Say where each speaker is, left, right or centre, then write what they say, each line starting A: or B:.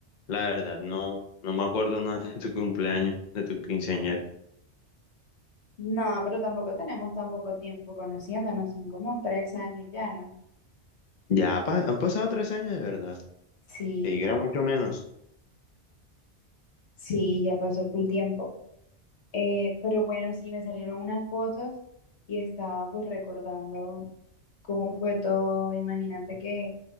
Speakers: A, on the left; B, on the left.
A: La verdad, no, no me acuerdo <laughs> nada de tu cumpleaños, de tu quinceañero.
B: No, pero tampoco tenemos tan poco tiempo conociéndonos, son como tres años ya, ¿no?
A: Ya pa- han pasado tres años de verdad.
B: Sí,
A: Sí, era mucho menos.
B: sí, ya pasó full tiempo. Eh, pero bueno, sí, me salieron unas fotos y estaba pues recordando. cómo fue todo. Imagínate que